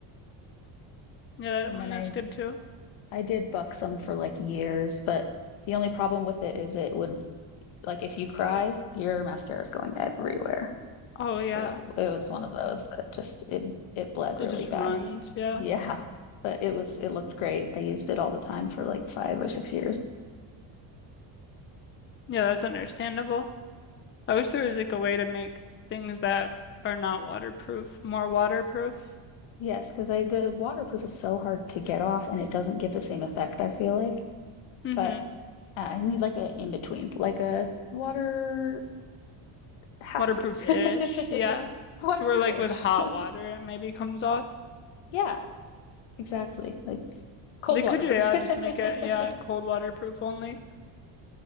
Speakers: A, on the left; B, on the left.
A: yeah, that
B: And
A: one
B: then I
A: is good too.
B: I did Buxom for like years, but the only problem with it is it would like if you cry, your mascara is going everywhere.
A: Oh yeah,
B: It was it was one of those that just it it bled
A: it
B: really
A: just
B: bad.
A: runs, yeah.
B: Yeah, but it was it looked great. I used it all the time for like five or six years.
A: Yeah, that's understandable. I wish there was like a way to make things that are not waterproof more waterproof.
B: Yes, because I the waterproof is so hard to get off and it doesn't give the same effect, I feel like.
A: Mm-hmm.
B: But uh, I need like a in between, like a water half
A: Waterproof-ish,
B: proof.
A: yeah.
B: <laughs> Waterproof-ish.
A: To where like with hot water it maybe comes off.
B: Yeah, exactly. Like cold
A: They
B: waterproof.
A: could, yeah,
B: <laughs>
A: just make it, yeah, cold waterproof only.